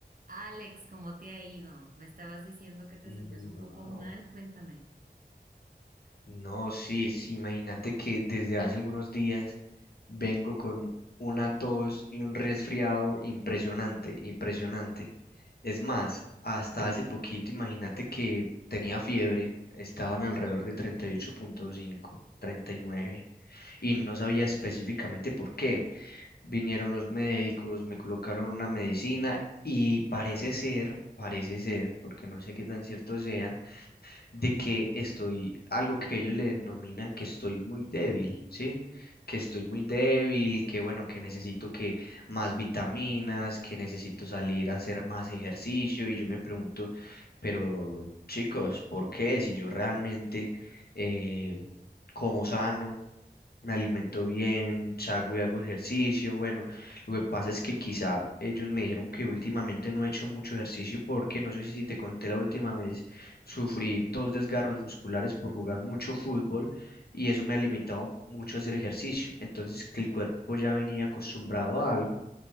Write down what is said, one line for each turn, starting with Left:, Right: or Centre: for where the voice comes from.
Right: Alex, ¿cómo te ha ido? Me estabas diciendo que te
Left: No,
Right: sentías un poco mal, cuéntame.
Left: no, sí, sí, imagínate que desde hace algunos días vengo con una tos y un resfriado impresionante, impresionante. Es más, hasta hace poquito, imagínate que tenía fiebre, estaban alrededor de treinta treinta y ocho punto cinco treinta y nueve y no sabía específicamente por qué. Vinieron los médicos, me colocaron una medicina y parece ser, parece ser, porque no sé qué tan cierto sea de que estoy, algo que ellos le denominan que estoy muy débil, ¿sí? Que estoy muy débil, que bueno, que necesito que más vitaminas, que necesito salir a hacer más ejercicio y yo me pregunto, pero chicos, ¿por qué? Si yo realmente eh, como sano me alimento bien, salgo y hago ejercicio. Bueno, lo que pasa es que quizá ellos me dijeron que últimamente no he hecho mucho ejercicio porque no sé si te conté la última vez, sufrí dos desgarros musculares por jugar mucho fútbol y eso me ha limitado mucho a hacer ejercicio. Entonces, que el cuerpo ya venía acostumbrado a algo